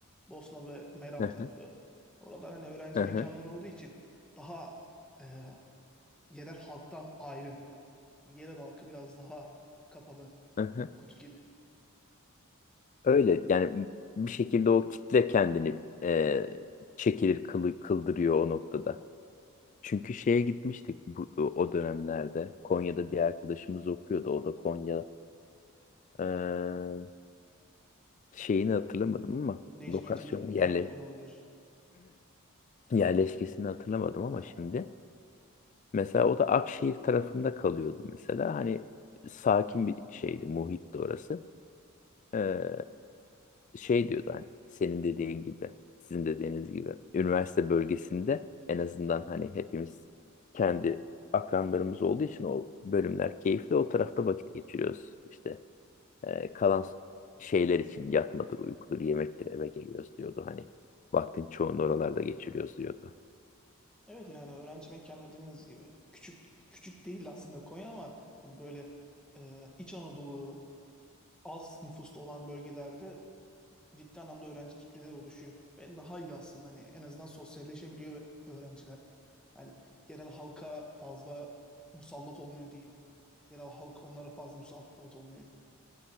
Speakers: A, in the centre; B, on the left.
A: Bosna ve Meram
B: hı hı,
A: tarafı. Orada hani öğrenci
B: hı hı,
A: mekanları olduğu için daha e, yerel halktan ayrı. Yani yerel halkı biraz daha kapalı
B: hı hı.
A: kutu gibi.
B: Öyle yani bir şekilde o kitle kendini e, çekilir kılı, kıldırıyor o noktada. Çünkü şeye gitmiştik bu, o dönemlerde. Konya'da bir arkadaşımız okuyordu. O da Konya e, şeyini hatırlamadım ama
A: Necmettin
B: lokasyonu yerle,
A: Erbakanoğlu bir.
B: <clears throat> yerleşkesini hatırlamadım
A: Ha.
B: ama şimdi. Mesela o da Akşehir tarafında kalıyordu mesela. Hani sakin bir şeydi, muhitti orası. Ee, şey diyordu hani senin dediğin gibi, sizin dediğiniz gibi. Üniversite bölgesinde en azından hani hepimiz kendi akranlarımız olduğu için o bölümler keyifli. O tarafta vakit geçiriyoruz. İşte e, kalan şeyler için yatmadır, uykudur, yemektir eve geliyoruz diyordu. Hani vaktin çoğunu oralarda geçiriyoruz diyordu.
A: Evet yani öğrenci mekanları dediğiniz gibi küçük küçük değil aslında Konya ama hani böyle e, İç Anadolu az nüfuslu olan bölgelerde ciddi anlamda öğrenci kitlede oluşuyor. Ve daha iyi aslında hani en azından sosyalleşebiliyor öğrenciler. Yani yerel halka fazla musallat olmuyor diyeyim. Yerel halk onlara fazla musallat olmuyor.